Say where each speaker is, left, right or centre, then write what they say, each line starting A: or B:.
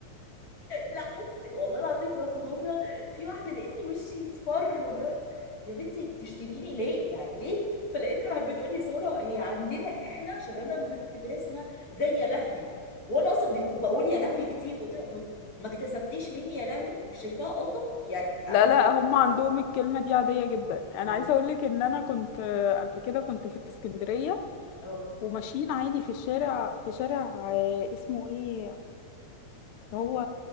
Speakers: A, on the left (about 30°); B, on the left (about 75°).
A: لحد والله العظيم بقى في مره في واحده لقيتني وشي اصفر واللي هو يا بنتي بتشتميني ليه يعني ليه فلقيتها راحت بتقول لي ساره هي عندنا احنا عشان انا من اسكندريه اسمها زي يا لهوي وانا اصلا بيقو- بقول يا لهوي كتير قلت لها طب ما اكتسبتيش مني يا لهوي مش شايفاها الطف يعني
B: لا
A: ممكن
B: لا هم عندهم الكلمة دي عادية جدا انا
A: اه
B: عايزة اقول لك ان انا كنت آه، قبل كده كنت في اسكندرية
A: اه
B: وماشيين عادي في الشارع في شارع آه، اسمه ايه اللي هو